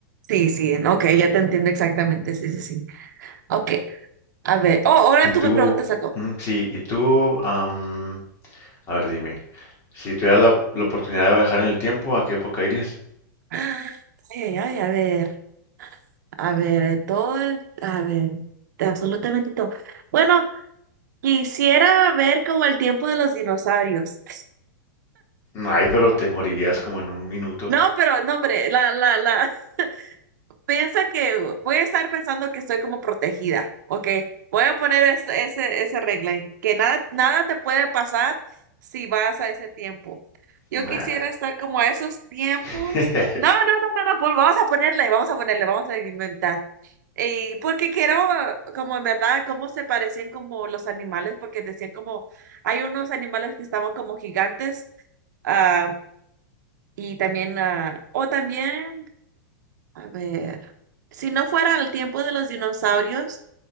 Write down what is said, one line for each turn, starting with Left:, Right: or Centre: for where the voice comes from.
Right: Sí, sí, ok, ya te entiendo exactamente, sí, sí, sí, ok, a ver, oh, ahora
Left: Y
Right: tú
Left: tú,
Right: me preguntas algo.
Left: mm, sí, y tú, am, a ver, dime, si tuvieras la, la oportunidad de viajar en el tiempo, ¿a qué época irías?
Right: <gasps> Ah, Ay, ay, ay, a ver. A ver, eh, todo el, a ver, absolutamente todo. Bueno, quisiera ver como el tiempo de los dinosaurios.
Left: Ay, pero te morirías como en un minuto.
Right: No, pero no, hombre, la, la, la, <laughs> piensa que voy a estar pensando que estoy como protegida, ¿ok? Voy a poner es- ese, ese, regla, en que nada, nada te puede pasar si vas a ese tiempo. Yo
Left: Nah.
Right: quisiera estar como a esos tiempos.
Left: <laughs>
Right: No, no, no, no, no, pues vamos a ponerle, vamos a ponerle, vamos a inventar. Y porque quiero, como en verdad, cómo se parecían como los animales, porque decían como, hay unos animales que estaban como gigantes, ah, y también, ah, o también, a ver, si no fuera el tiempo de los dinosaurios,